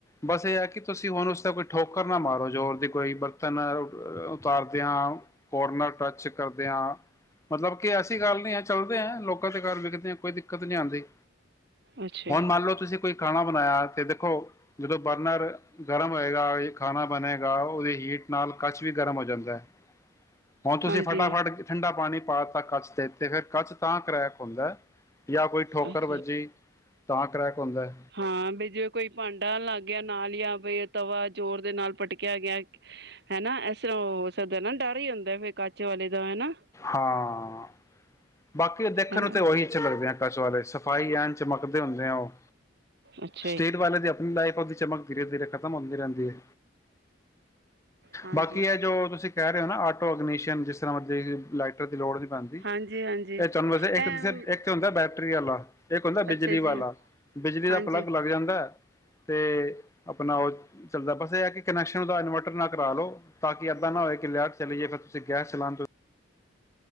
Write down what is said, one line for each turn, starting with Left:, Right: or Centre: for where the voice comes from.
Left: ਬਸ ਇਹ ਹੈ ਕਿ ਤੁਸੀਂ ਉਸਤੇ ਕੋਈ ਠੋਕਰ ਨਾ ਮਾਰੋ ਜ਼ੋਰ ਦੀ ਕੋਈ ਬਰਤਨ ਉਤਾਰਦਿਆਂ ਕੋਰਨਰ ਟੱਚ ਕਰਦੇ ਆਂ ਮਤਲਬ ਕਿ ਐਸੀ ਗੱਲ ਨਹੀਂ ਹੈ ਚੱਲਦੇ ਆ ਲੋਕਾਂ ਦੇ ਘਰ ਵਿਕਦੇ ਆ ਕੋਈ ਦਿੱਕਤ ਨਹੀਂ ਆਉਂਦੀ
Right: ਅੱਛਾ
Left: ਹੁਣ
Right: ਜੀ
Left: ਮੰਨ ਲੋਓ ਤੁਸੀਂ ਕੋਈ ਖਾਣਾ ਬਣਾਇਆ ਤੇ ਦੇਖੋ ਜਦੋਂ ਬਰਨਰ ਗਰਮ ਹੋਏਗਾ ਖਾਣਾ ਬਣੇ ਉਹਦੀ ਹੀਟ ਨਾਲ ਕੱਚ ਵੀ ਗਰਮ ਹੋ ਜਾਂਦਾ ਐ ਹੁਣ ਤੁਸੀਂ
Right: ਹਾਂਜੀ
Left: ਫਟਾਫਟ ਠੰਡਾ ਪਾਣੀ ਪਾਤਾ ਕੱਚ ਤੇ ਤੇ ਫਿਰ ਕੱਚ ਤਾਂ ਕਰੈਕ ਹੁੰਦਾ ਏ ਜਾਂ ਕੋਈ ਠੋਕਰ
Right: ਅੱਛਾ
Left: ਵੱਜੀ ਤਾਂ ਕਰੈਕ ਹੁੰਦਾ
Right: ਹਾਂ ਬ ਜੇ ਕੋਈ ਭਾਂਡਾ ਲੱਗ ਗਿਆ ਨਾਲ ਜਾਂ ਫੇਰ ਤਵਾ ਜ਼ੋਰ ਦੇ ਨਾਲ ਪਟਕਿਆ ਗਿਆ ਹੈਨਾ ਇਸ ਤਰ੍ਹਾਂ ਹੋ ਸਕਦਾ ਨਾ ਡਰ ਹੀ ਹੁੰਦਾ ਫਿਰ ਕੱਚ ਵਾਲੇ ਦਾ ਹਨਾ
Left: ਹਾਂ ਬਾਕੀ ਉਹ ਦੇਖਣ
Right: ਹਨਾ
Left: ਨੂੰ ਤਾਂ ਉਹੀ ਅੱਛੇ ਲੱਗਦੇ ਆ ਕੱਚ ਵਾਲੇ ਸਫ਼ਾਈ ਐਨ ਚਮਕਦੇ ਹੁੰਦੇ ਆ ਉਹ
Right: ਅੱਛਾ
Left: ਸਟੇਟ
Right: ਜੀ
Left: ਵਾਲਿਆਂ ਦੀ ਆਪਣੀ ਲਾਈਫ ਉਹਦੀ ਚਮਕ ਧੀਰੇ ਧੀਰੇ ਖ਼ਤਮ ਹੁੰਦੀ ਰਹਿੰਦੀ ਹੈ
Right: ਹਾਂਜੀ
Left: ਬਾਕੀ ਹੈ ਜੋ ਤੁਸੀਂ ਕਹਿ ਰਹੇ ਹੋ ਨਾ ਆਟੋ ਅਗਨੀਸ਼ਨ ਜਿਸ ਤਰ੍ਹਾਂ ਤੇ ਲਾਈਟਰ ਦੀ ਲੋੜ ਨੀ ਪੈਂਦੀ।
Right: ਹਾਂਜੀ ਹਾਂਜੀ
Left: ਇਹ ਚੰਮਸੇ ਇਕ
Right: ਇਹ
Left: ਇਕ ਹੁੰਦਾ ਬੈ ਟ੍ਰੀ ਆਲਾ, ਇੱਕ ਹੁੰਦਾ ਬਿਜਲੀ
Right: ਅੱਛਾ ਜੀ
Left: ਵਾਲਾ ਬਿਜਲੀ ਦਾ
Right: ਹਾਂਜੀ
Left: ਪਲੱਗ ਲੱਗ ਜਾਂਦਾ ਤੇ, ਆਪਣਾ ਔ ਚੱਲਦਾ ਬਸ ਇਹ ਹੈ ਕਿ ਕਨੈਕਸ਼ਨ ਦਾ ਇਨਵਰਟਰ ਨਾ ਕਰਾ ਲਉ, ਤਾਂ ਕਿ ਇੱਦਾਂ ਨਾ ਹੋਵੇ ਕਿ ਲਾਈਟ ਚਲੀਏ ਫਿਰ ਤੁਸੀਂ ਗੈਸ ਚਲਾਣ ਤੋਂ